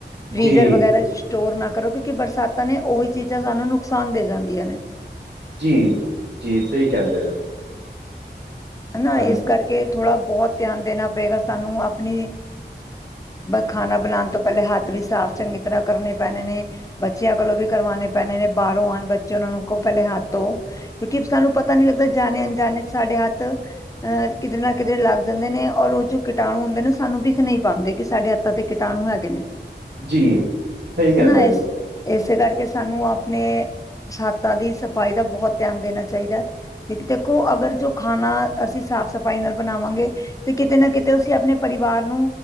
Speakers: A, on the left; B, on the right.
A: ਫ੍ਰੀਜ਼ਰ
B: ਜੀ
A: ਵਗੈਰਾ ਸਟੋਰ ਨਾ ਕਰੋ, ੱੱਕਿਉਂਕਿ ਬਰਸਾਤਾਂ ਨੇ ਉਹੀ ਚੀਜ਼ਾਂ ਸਾਨੂੰ ਨੁਕਸਾਨ ਦੇ ਜਾਂਦੀਆਂ ਨੇ।
B: ਜੀ, ਜੀ, ਸਹੀ ਕਹਿੰਦੇ ਹੋ।
A: ਹਨਾ
B: ਹਾਂਜੀ
A: ਇਸ ਕਰਕੇ ਥੋੜ੍ਹਾ ਬਹੁਤ ਧਿਆਨ ਦੇਣਾ ਪਏਗਾ ਸਾਨੂੰ ਆਪਣੀ ਖਾਣਾ ਬਣਾਉਣ ਤੋਂ ਪਹਿਲੇ ਹੱਥ ਵੀ ਸਾਫ਼ ਚੰਗੀ ਤਰ੍ਹਾਂ ਕਰਨੇ ਪੈਣੇ ਨੇ। ਬੱਚਿਆਂ ਕੋਲੋਂ ਵੀ ਕਰਵਾਣੇ ਪੈਣੇ ਨੇ ਬਾਹਰੋਂ ਆਉਣ ਬੱਚੇ ਉਹਨਾਂ ਨੂੰ ਕਹੋ ਪਹਿਲੇ ਹੱਥ ਧੋਵੋ ਤੋਂ ਕਿਉਂਕਿ ਸਾਨੂੰ ਪਤਾ ਨੀ ਲੱਗਦਾ ਜਾਣੇ ਅਣਜਾਣੇ ਚ ਸਾਡੇ ਹੱਥ
B: <inaudible>
A: ਅਹ ਕਿਤੇ ਨਾ ਕਿਤੇ ਲੱਗ ਜਾਂਦੇ ਨੇ, ਔਰ ਉਹ ਜੋ ਕੀਟਾਣੂ ਹੁੰਦੇ ਨੇ ਸਾਨੂੰ ਵਿਖ ਨਹੀਂ ਪਾਉਂਦੇ ਕਿ ਸਾਡੇ ਹੱਥ ਤੇ ਕੀਟਾਣੂ ਹੈਗੇ ਨੇ
B: ਜੀ ਸਹੀ ਕਹਿੰਦੇ
A: ਹਨਾ ਇਸ
B: ਪਏ ਹੋ
A: ਇਸੇ ਕਰਕੇ ਸਾਨੂੰ ਆਪਣੇ ਛੱਤਾਂ ਦੀ ਸਫ਼ਾਈ ਦਾ ਬਹੁਤ ਧਿਆਨ ਦੇਣਾ ਚਾਹੀਦਾ। ਕਿਉਕਿ ਦੇਖੋ ਅਗਰ ਜੋ ਖਾਣਾ ਅਸੀਂ, ਸਾਫ਼ ਸਫ਼ਾਈ ਨਾਲ ਬਣਾਵਾਂਗੇ, ਤੇ ਕਿਤੇ -ਨਾ ਕਿਤੇ ਅਸੀਂ ਆਪਣੇ ਪਰਿਵਾਰ ਨੂੰ